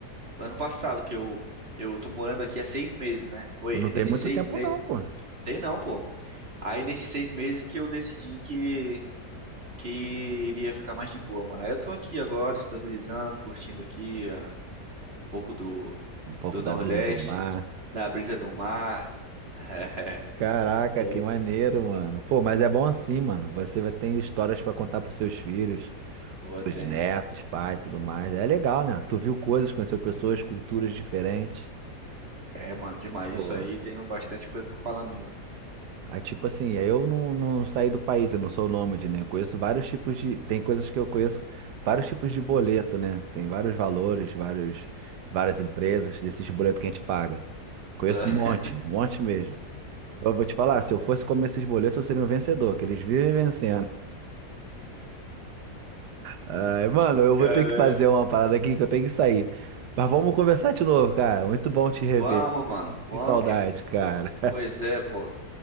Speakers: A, on the right; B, on the right.
A: ano passado, que eu, eu tô morando aqui há seis meses, né? Foi
B: E não tem
A: nesses
B: muito
A: seis
B: tempo,
A: meses.
B: não, pô.
A: Tem não, pô. Aí nesses seis meses que eu decidi que, que iria ficar mais de boa, mano. Aí eu tô aqui agora, estabilizando, curtindo aqui ó, um pouco do,
B: Um pouco
A: do
B: da
A: Nordeste,
B: brisa do mar.
A: da brisa do mar. <laughs>
B: Caraca,
A: E é
B: que
A: isso.
B: maneiro, mano. Pô, mas é bom assim, mano. Você vai ter histórias pra contar pros seus filhos,
A: Pô,
B: pros
A: tem.
B: netos, pai e tudo mais. É legal, né? Tu viu coisas, conheceu pessoas, culturas diferentes.
A: É, mano, demais.
B: Pô.
A: Isso aí tem um bastante coisa pra falar mesmo.
B: Aí, tipo assim, eu não, não saí do país, eu não sou nômade, né? Eu conheço vários tipos de. Tem coisas que eu conheço, vários tipos de boleto, né? Tem vários valores, vários, várias empresas, desses boletos que a gente paga. Conheço
A: <laughs>
B: um monte, um monte mesmo. Eu vou te falar, se eu fosse comer esses boletos, eu seria um vencedor, que eles vivem vencendo. Ai, mano, eu vou
A: Caramba.
B: ter que fazer uma parada aqui que eu tenho que sair. Mas vamos conversar de novo, cara. Muito bom te rever.
A: Vamos, mano. Vamos.
B: Que saudade,
A: que
B: cara.
A: Pois é, pô.